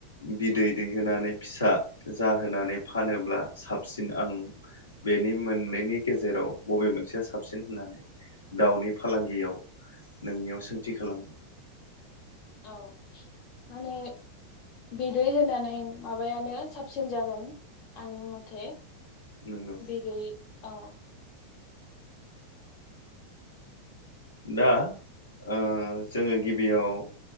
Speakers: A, on the left; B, on the left.
A: बिदै दैहोनानै फिसा जाहोनानै फानोब्ला साबसिन आं बेनि मोननैनि गेजेराव बबे मोनसेया साबसिन होननानै दाउनि फालांगियाव नोंनियाव सोंथि खालामदों
B: औ माने बिदै होनानै माबायानो साबसिन जागोन आंनि मथे
A: नंगौ
B: बिदै अ
A: दा ओ जोङो गिबियाव